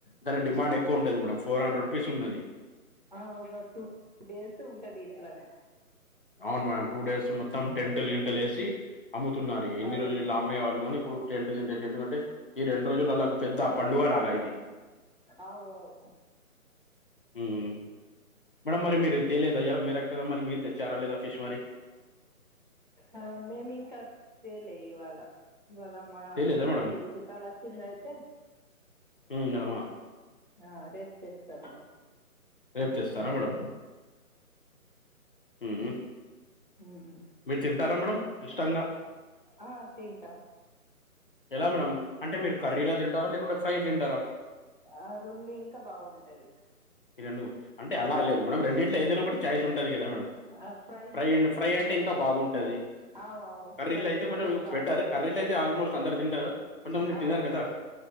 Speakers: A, on the left; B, on the right.
A: దాని డిమాండ్ ఎక్కువ ఉంటుంది, మేడం ఫోర్ హండ్రెడ్ రూపీస్ ఉన్నది
B: ఆ ఒక టూ డేస్ ఉంటది, ఇట్లనే
A: అవును మేడమ్ టూ డేస్ మొత్తం టెంట్లు గింటలు ఎసి అమ్ముతున్నారు ఇన్ని
B: అవు
A: రోజులు ఇలా అమ్మే వాళ్ళు కానీ ఇప్పుడు టెంట్ గింటేసి ఎందుకంటె ఈ రెండు రోజులు ఆల్లకు పెద్ద పండుగ గా ఇది
B: అవ్ అవ్
A: మ్ మేడం మరి
B: ఉమ్.
A: మీరు తెలేదా ఇయాల మీరూ కదా మరి మీరు తెచ్చారా లేదా ఫిష్ మరి
B: ఆ మేము ఇంకా తేలే ఇవాళ ఇవాళ మా
A: తేలేదా
B: ఇంటికి
A: మేడం
B: చుట్టాలు వచ్చిండ్లు ఐతే
A: మ్ మేడం ఆ
B: ఆ రేపు తెస్తాము
A: రేపు తెస్తారా మేడమ్ మ్ మ్
B: ఉమ్.
A: మీరు తింటారా మేడం ఇష్టంగా
B: ఆ తింట
A: ఎలా మేడం అంటే మీరు కర్రీలా తింటారా లేకుంటే ఫ్రై తింటారా
B: ఆ రెండు ఇంకా బాగుంటది
A: ఈ రెండు అంటే అలా లేదు మేడం రెండు ట్లా ఏదైనా ఒకటి ఛాయిస్ ఉంటది కదా మేడం
B: ఆ
A: ఫ్రై
B: మంచిగా
A: డ్ ఫ్రై
B: ఉంటది
A: అంటే ఇంకా బాగుంటది
B: అవు అవు
A: కర్రీలో
B: ఫ్రై
A: అయితే
B: పీసెస్
A: కొంచెం
B: బాగుంటాయి
A: బెటర్ కర్రీలో అయితే ఆల్మోస్ట్ అందరు తింటారు కొంతమంది
B: అవును
A: తినారు కదా